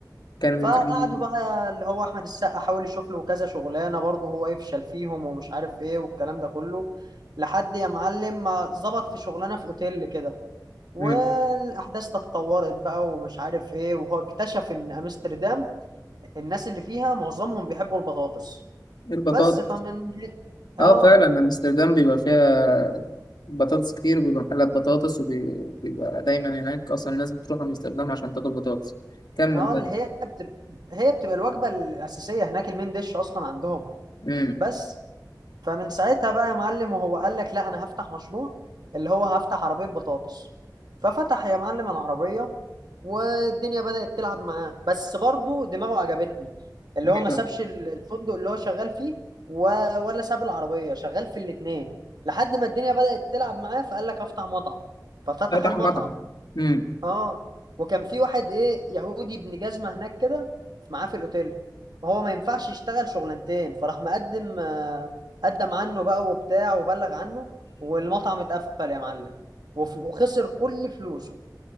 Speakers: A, on the left; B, on the right.
A: كان
B: فقعدوا
A: كان
B: بقى اللي هو احمد السقا حاول يشوف له كذا شغلانة برضه هو يفشل فيهم ومش عارف ايه والكلام ده كله لحد يا معلم ما ظبط في شغلانة في اوتيل كده والاحداث
A: مم.
B: تطورت بقى ومش عارف ايه وهو اكتشف ان امستردام الناس اللي فيها معظمهم بيحبوا البطاطس
A: البطاطا
B: بس فمن
A: اه
B: اه
A: فعلا امستردام بيبقى فيها بطاطس كتير وبيبقى محلات بطاطس وبيبقى دايما هناك اصلا الناس بتروح امستردام عشان تاكل بطاطس كمل
B: اه
A: بقى
B: اللي هي بتبقى هي بتبقى الوجبه الاساسيه هناك المين ديش اصلا عندهم
A: امم
B: بس فمن ساعتها بقى يا معلم وهو قال لك لا انا هفتح مشروع اللي هو هفتح عربية بطاطس ففتح يا معلم العربية والدنيا بدأت تلعب معاه بس برضه دماغه عجبتني اللي
A: ايه
B: هو ما
A: ده
B: سابش ال- الفندق اللي هو شغال فيه و... ولا ساب العربية شغال في الاتنين لحد ما الدنيا بدأت تلعب معاه فقال لك افتح مطعم ففتح
A: فتح
B: المطعم
A: مطعم امم
B: اه وكان في واحد ايه يهودي ابن جزمة هناك كده معاه في الاوتيل وهو ما ينفعش يشتغل شغلانتين فراح مقدم آه، قدم عنه بقى وبتاع وبلغ عنه والمطعم اتقفل يا معلم وف- وخسر كل فلوسه